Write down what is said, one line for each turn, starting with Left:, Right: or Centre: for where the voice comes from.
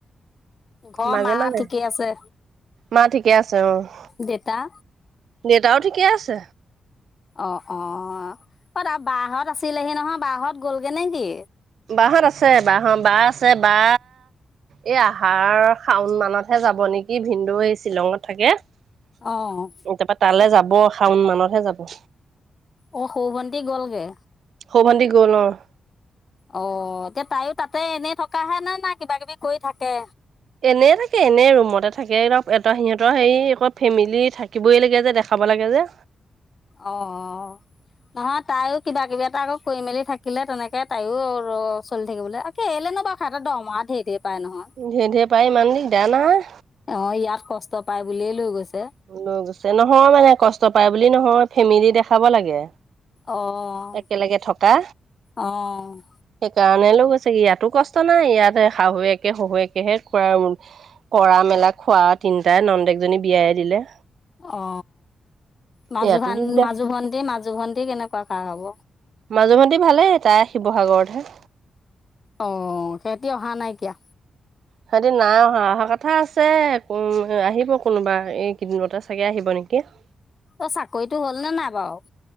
Left: ঘৰ
Right: মাজে
Left: মা
Right: মাজে
Left: ঠিকে আছে।
Right: মা ঠিকে আছে অ',
Left: দেতা
Right: দেউতাও ঠিকে আছে।
Left: অ', অ, অ তা বাহত আছিলেহি নহয় বাহত গ'লগে নেকি।
Right: বাহত আছে বাহ বা আছে বা এই আহাৰ শাওন মানতহে যাব নেকি। কি ভিনন্দু এই শ্বিলঙত থাকে উম
Left: অ'।
Right: তাৰপা তালে যাব শাওন মানতহে যাব।
Left: অ', সউ ভণ্টি গ'লগে।
Right: সউ ভণ্টি গ'ল অ'।
Left: অ', এতিয়া তাইয়ো তাতে এনেই থকাহে নে না কিবা কিবি কৰি থাকে।
Right: এনেই থাকে এনে ৰুমতে থাকে এত সিহঁতৰ হেৰি আকৌ ফেমিলি থাকিবই লাগে যে দেখ খাব লাগে যে।
Left: অ', অ'। নহয় তাইও কিবা কিবি এটা আকৌ কৰি মেলি থাকিলে তেনেকে তাইও ৰ চলি থাকিবলে। কেলে নো বা হেট দৰমৰা ঢে ধেৰ পাই নহয়।
Right: ধে ধেৰ পায় ইমান দিগদাৰ নাই
Left: অ', ইয়াত কষ্ট পাই বুলিয়েই লৈ গৈছে।
Right: ল গৈছে নহয় মানে কষ্ট পায় বুলি নহয় ফেমেলি দেখাব লাগে।
Left: অ',
Right: একেলেগে থকা।
Left: অ'।
Right: সেইকাৰণে লৈ গৈছে ইয়াতো কষ্ট নাই ইয়াতে শাহুৱেকে শহুৱেকেহে খোৱাৰ কৰা মেলা খোৱা তিনটাই নন্দেকজনী বিয়াই দিলে
Left: অ মাজু
Right: ইয়াতো
Left: ভান
Right: দিগদাৰ
Left: মাজু ভণ্টি মাজু ভন্টি কেনেকুৱা কাৰ হব
Right: মাজু ভন্টি ভালেই তাই শিৱসাগৰতহে
Left: অ সিহঁতি অহা নাই এতিয়া
Right: সিহঁতে না অহা অহা কথা আছে উম আহিব কোনোবা এই কেইদিনতে চাগে আহিব নেকি অ <inaudible>
Left: অ চাকৰিটো হল নে নাই বাউ